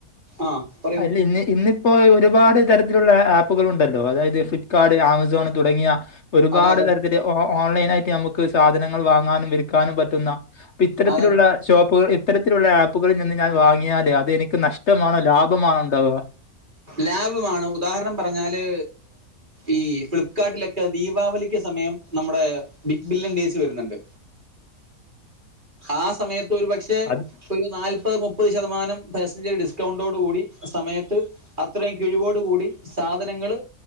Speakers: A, on the right; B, on the left.
A: ആഹ് പറയൂ
B: പിന്ന ഇന്ന് ഇപ്പോ ഒരുപാട് തരത്തിലുള്ള ആപ്പുകളുണ്ടല്ലോ അതായത് ഫി ളിപ്പ്കാർഡ് ആമസോൺ തുടങ്ങിയ ഒരുപാട്
A: അതെ അതെ
B: തര <unintelligible> ഓൺലൈനാ യിട്ട് നമുക്ക് സാധനങ്ങൾ വാങ്ങാനും വിൽക്കാനും പറ്റുന്ന ഇപ്പത്തരത്തിലുള്ള
A: അതെ
B: ഷോപ്പുകൾ ഇത്തരത്തിലുള്ള ആപ്പുകളിൽ നിന്ന് ഞാൻ വാങ്ങിയാല് അത് എനിക്ക് നഷ്ടമാണോ ലാഭമാണോ ഉണ്ടാവുക
A: ലാഭമാണ് ഉദാഹരണം പറ്ഞ്ഞാല് ഈ ഫ്ലിപ്കാർട്ടിലൊക്കെ ദീപാവലിക്ക് സമയം നമ്മുടെ ബിഗ് ബില്യൺ ഡേയ്സ് വര്ന്ന്ണ്ട് ആ സമയത്ത് ഒരു പക്ഷേ
B: അത്
A: മേ ഒരു നാൽപ്പത് മുപ്പത് ശതമാനം പെഴസൻചേ ഡിസ്കൗണ്ടോട് കൂടി സമയത്ത് അത്രയും കിഴിവോടു കൂടി സാധനങ്ങള്